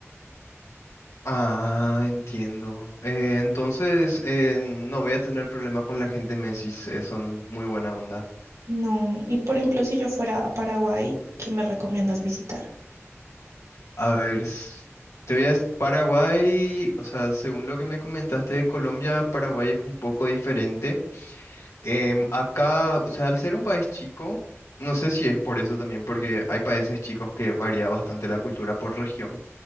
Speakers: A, on the left; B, on the right.
A: Ah, entiendo. Eh, entonces, eh, no voy a tener problema con la gente Messi, eh, son muy buena onda.
B: No, y por ejemplo, si yo fuera a Paraguay, ¿qué me recomiendas visitar?
A: A ver, s- te voy a... s- Paraguay, o sea, según lo que me comentaste de Colombia, Paraguay es un poco diferente. Em, acá, o sea, al ser un país chico, no sé si es por eso también, porque hay países chicos que varía bastante la cultura por región,